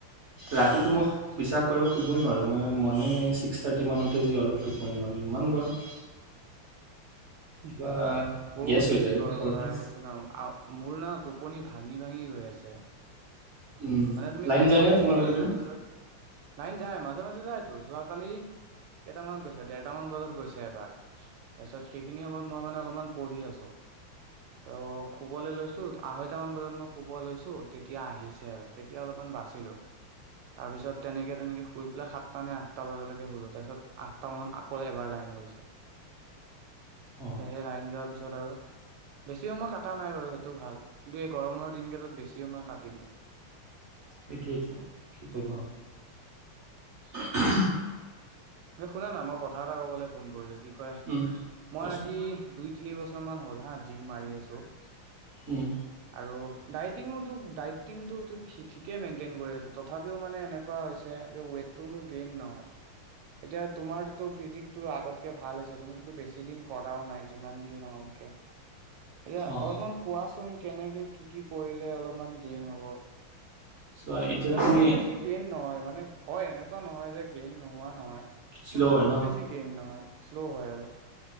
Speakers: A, on the right; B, on the right.
A: ৰাতিটো
B: গৰমতে
A: মোক, বিশ্বাস শুবই নোৱাৰোঁ, মই মৰ্ণিং এই ছিক্স থাৰ্টি মানতে যি অলপ টোপনি মাৰো, ইমান গৰম।
B: হুমহু
A: কিবা
B: বহুত
A: গেছ হৈ
B: বেছি
A: যায়
B: গৰম
A: ঘৰটো।
B: ভাই, কৈছো ন। মোৰ নাও টোপনি ভাঙি ভাঙি গৈ আছে।
A: উম,
B: মানে তুমি
A: লাইন
B: শুবলৈ
A: যায় নে তোমালোকৰ
B: যোৱা,
A: পিনে?
B: তাৰপিছত? লাইন যাই। মাজে-মাজে যায়তো, যোৱাকালি, কেইটামানত গৈছে? দেৰটামান বজাত গৈছে এবাৰ তাৰপিছত সেইখিনি সময়ত মই মানে অলপমান পঢ়ি আছো। অ শুবলে লৈছো। আঢ়ৈটা মান বজাত মই শুব লৈছো, তেতিয়া আহিছে আৰু। তেতিয়া অলপমান বাচিলো। তাৰপিছত তেনেকে-তেনেকে শুই পেলাই সাত সাতটা নে আঠটা বজালৈকে শুলো তাৰ পিছত, আঠটা মানত আকৌ এবাৰ লাইন গৈছে।
A: অ
B: হে লাইন যোৱাৰ পিছত আৰু বেছি সময় কটা নাই বাৰু, সেইটো ভাল। দে গৰমৰ দিনকেইটাত বেছি সময় কাটি দিয়ে।
A: সেইটোৱতো, কি কবা
B: উম,
A: ওমহ
B: ঐ শুনা না, মই কথা এটা কবলৈ ফোন কৰিলো। কি কয়?
A: উম
B: মই
A: কোৱাচোন।
B: আজি দুই তিনি বছৰ মান হ'ল হা মাৰি আছো।
A: আছোঁ। উম
B: আৰু ডাইটিংঙো তোক, ডাইটিংটোত হিঠিক কে মেইনটেইন কৰি আছোঁ, তথাপিও মানে এনেক কোৱা হৈছে যে ৱেটটো মোৰ গেইন নহয়, এতিয়া তোমাৰটোতো ফিজিক্তটো আগতকে ভাল হৈছে, তুমিটোতো বেছি দিন কৰাও নাই। যিমান যি নহওক কিয়। এইয়া
A: অ
B: অলপমান কোৱাচোন কেনেকে কি-কি কৰিলে অলপমান গেইন হব?
A: চোৱা এতিয়া
B: মানে
A: তুমি
B: বহুত বেছি গেইন নহয়, মানে হয় এনেকুৱা নহয় যে, গ্ৰিংক নোহোৱা নহয়। কিন্তু
A: শ্ল'
B: বহুত
A: হয় ন
B: বেছি গেইন নহয়, শ্ল' হয় আৰু।